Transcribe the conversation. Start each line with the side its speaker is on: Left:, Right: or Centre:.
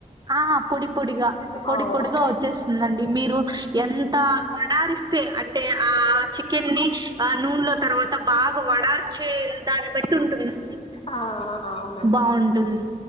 Right: ఆ పొడి పొడిగా పొడి
Left: ఆ,
Right: పొడిగా
Left: ఓకే
Right: వచ్చేస్తుందండి మీరు ఎంత వడారిస్తే అంటే ఆ చికెన్ని ఆ నూనెలో తర్వాత అంత బాగా వడార్చే దాన్ని బట్టి ఉంటుందండి
Left: ఆ ఆ ఆ అవును
Right: బాగుంటుంది